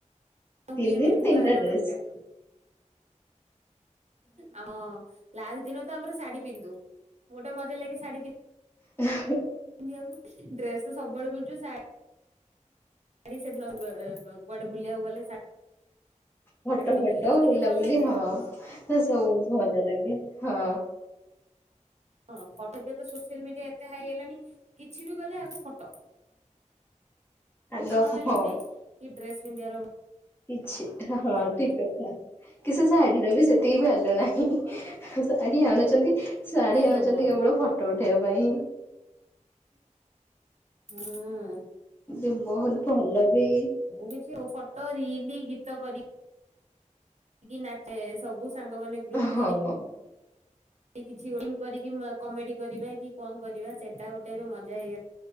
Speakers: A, on the right (about 60°); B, on the left (about 15°).
A: ହୁଏ
B: ତିନଦିନ
A: ମାନେ ଥିବା
B: ତିନିଟା
A: ଆଗ
B: ଡ୍ରେସ।
A: ଦରକାର ହଁ ଲାଷ୍ଟ ଦିନ ତ ଆମର ଶାଢୀ ପିନ୍ଧି ଦଉ, ଗୋଟେ ମଜା ଲାଗେ ଶାଢୀ ପିନ୍ଧି
B: <inaudible>
A: ଆକୁ ଡ୍ରେସ ତ ସବୁବେଳେ ପିନ୍ଧୁଛୁ ଶାଢ଼ୀ ସେଦିନ କୁଆଡେ ବୁଲିବାକୁ ଗଲେ ଶାଢୀ
B: ଫଟୋ
A: ପିନ୍ଧିକି
B: ଫୋଟ
A: ଗଲେ ଟିକେ
B: ବୁଲାବୁଲି
A: ଭଲ ଲାଗେ
B: ହଁ
A: ଆଉ
B: ସେ ସବୁ ବହୁତ ମଜା ଲାଗେ ହଁ।
A: ହଁ ଫଟୋ। ଏବେ ତ ସୋସିଆଲ ମିଡିଆ ଏତେ ହାଇ ହେଲାଣି କିଛି ବି କଲେ ଆଗ ଫଟୋ।
B: ଆଗ
A: ନହେଲେ
B: ହଁ
A: ନାଇଁ ଡ୍ରେସ ପିନ୍ଧିବାର
B: କିଛି ହଁ
A: ଭାଲ୍ୟୁ
B: ଠିକ
A: ନାହିଁ
B: କଥା। କି ସେ ଶାଢୀର ବି ସେତିକି ଭ୍ୟାଲୁ ନାହିଁ। ଶାଢୀ ଆଣୁଛନ୍ତି ଶାଢୀ
A: ହଁ
B: ଆଣୁଛନ୍ତି କେବଳ ଫଟୋ ଉଠେଇବା ପାଇଁ।
A: ହଁ।
B: ଏ ବହୁତ ଭଲ ବି।
A: ମୁଁ ବି ସେ ଆଉ ଫଟୋ, ରିଲ, ଗୀତ କରିକି ନା ସବୁ ସାଙ୍ଗମାନେ ଗ୍ରୁପ୍
B: ହଁ
A: କରି କିଛି କରିକି କମେଡି କରିବା କି କଣ କରିବା ସେଟା ଗୋଟେ ଏବେ ମଜା ହେଇଗ